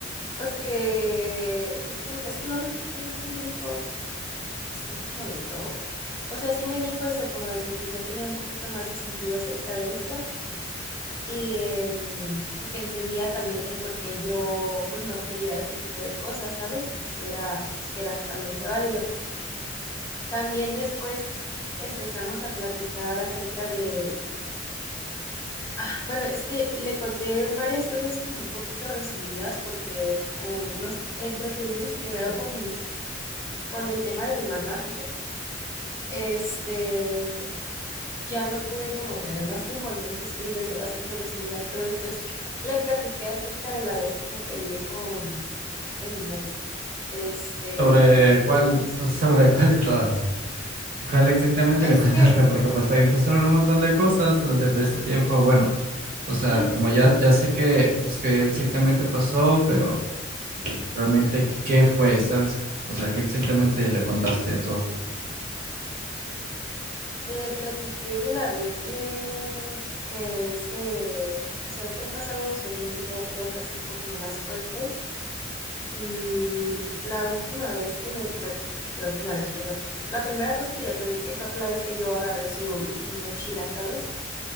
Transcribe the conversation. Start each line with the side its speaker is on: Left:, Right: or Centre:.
Left: pues que es que, es que no recuerdo bien qué me dijo así como de todo. O sea, sí me dijo eso, como de que pues ya tenía un poquito más de sentido acerca de esto y em, que entendía también el por qué yo pues no quería este tipo de cosas, ¿sabes? Y pues que era, que era totalmente válido. También después empezamos a platicar acerca de, ah, bueno, es que le conté varias cosas como un poquito resumidas porque como me- nos entretuvimos primero con, mi- con el tema de mi mamá, este, ya no pude como tener más tiempo, entonces les decía las cosas resumidas, pero después... Le platiqué acerca de la vez que me peleé con, con mi novio. Este,
Right: ¿Sobre
Left: nos peleamos.
Right: cuál? Pues sobre cuál de todas. ¿Cuál exactamente
Left: Es
Right: le contaste?
Left: que
Right: Porque pues también pasaron un montón de cosas durante todo este tiempo. Bueno, o sea,
Left: sí,
Right: como ya, ya sé que, pues qué exactamente pasó, pero pues, realmente qué fue, ¿sabes? O sea, ¿qué exactamente le contaste de todo?
Left: le platiqué de la vez eh, que él se, o sea, es que han pasado, según yo, dos así como más fuertes. Y la última vez que le platiqué, la última vez, perdón. La primera cosa que le platiqué fue la vez que yo agarré su, su mochila, ¿sabes?